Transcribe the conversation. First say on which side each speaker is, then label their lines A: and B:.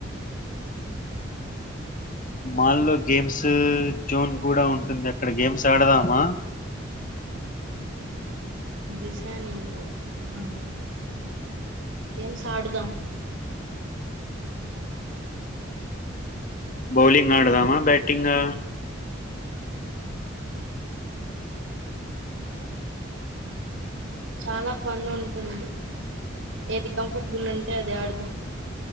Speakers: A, on the left; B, on the right.
A: మానలో గేమ్స్ జోన్ కూడా ఉంటుంది అక్కడ గేమ్స్ ఆడదామా
B: <unintelligible> అవు గేమ్స్ ఆడుదాం
A: బౌలింగ్ ఆడదామా బ్యాట్ పెటింగా
B: చాలా ఫన్ ఉంటుంది ఏది కంఫర్టబుల్ అంటే అది ఆడదాం